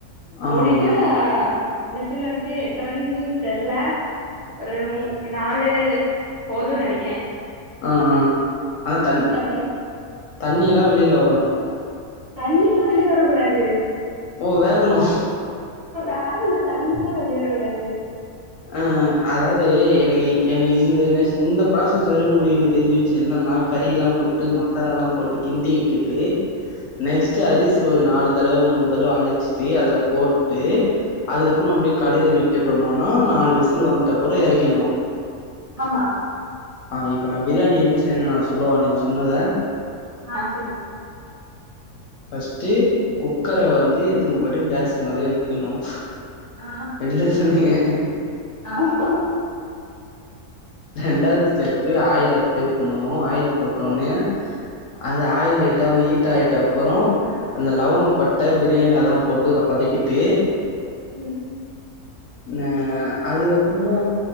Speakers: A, on the left (about 65°); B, on the right (about 40°).
A: ஆ
B: மூடிட்டு
A: ஆ
B: விசில் வந்து எத்தனைன்ன தெர்ல ஒரு நாலு போதும் நெனைக்கேன்
A: ஆஹ் ஆஹ் ஆனா த
B: பிறகு
A: தண்ணில்லா வெளியல வரணு
B: தண்ணில்லா வெளியே வர கூடாது
A: ஓ வேகணும்
B: ஆல்ல தண்ணி எல்லாம் வெளியேரவிடாது
A: ஆஹ் அதாவது எனக்கு எனக்கு இந்த நெஸ் இந்த ப்ராசஸ் வற முடியும்ன்னு தெரிஞ்சு வச்சு என்னன்னா கறிலாம் போட்டு மசாலாலாம் போட்டு கிந்தி விட்டுட்டு நெக்ஸ்ட் அரிசி நாலு தடவை மூணு தடவை அழிச்சுட்டு அதுல போட்டு அதுக்கப்புறம் அப்பே கெலரி விட்டு ட்டு <unintelligible> நா நாலு விசுலு வந்துட்ட அப்புறொ இறக்கியர்னு
B: ஆமா
A: ஆஹ் இப்ப நான் பிரியாணி எப்படி செய்யணு நா சொல்லுவா நீங்க சொன்னத
B: ஆஹ் சரி
A: பஸ்ட்ட குக்கரை வந்து எத்துன்னு போயிட்டு கேஸ் மேல வைக்கணும்
B: ஆ
A: எதுல சொன்னீங்க உ <unintelligible>
B: ஆமா <inaudible>
A: ரெண்டாவது ஸ்டெப்பு ஆயில் அப்ளை பண்ணணு ஆயில் போட்டோனே அது ஆயில் லைட் ஹீட் ஆகிட்ட அப்புறம் அந்த லவங்க பட்டை பிரியாணி அததான் போட்டு வதக்கிட்டு
B: உம்
A: ன அதுக்கப்புறமா